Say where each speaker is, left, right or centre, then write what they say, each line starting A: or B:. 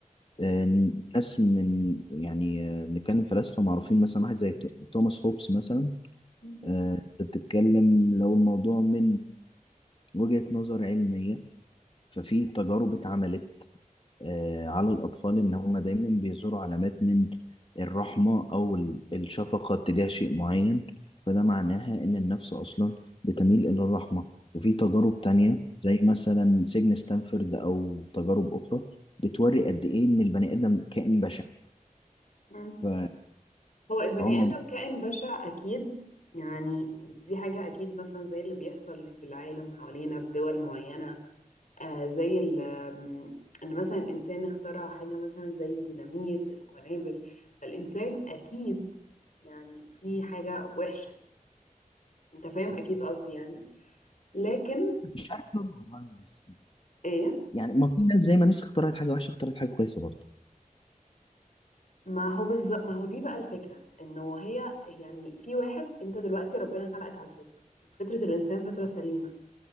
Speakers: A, on the left; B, on the left.
A: آه، ناس من يعني آه، بنتكلم فلاسفة معروفين مثلا واحد زي تو- توماس هوبس مثلا
B: مم.
A: آه، أنت بتتكلم لو الموضوع من وجهة نظر علمية ففي تجارب اتعملت آه، على الأطفال إن هم دايما بيزوروا علامات من الرحمة أو ال- الشفقة تجاه شيء معين فده معناها إن النفس أصلا بتميل إلى الرحمة وفي تجارب
B: بالظبط
A: تانية زي مثلا سجن ستانفورد أو تجارب أخرى بتوري قد إيه إن البني آدم كائن بشع
B: مم.
A: ف-
B: هو البني
A: فهو الموضوع
B: آدم كائن بشع أكيد يعني دي حاجة أكيد مثلا زي اللي بيحصل في العالم حوالينا في دول معينة آه زي ال- آم، إن مثلا الإنسان اخترع حاجة مثلا زي الديناميت القنابل فالإنسان أكيد يعني في حاجة وحشة يعني أنت فاهم أكيد قصدي يعني لكن
A: مش عارف والله بس
B: إيه
A: يعني ما في ناس زي ما ناس اخترعت حاجة وحشة اخترعت حاجة كويسة برضه
B: ما هو بالظبط ما هو دي بقى الفكرة انه هي يعني في واحد انت دلوقتي ربنا خلقك على الفطرة فطرة الانسان فطرة سليمة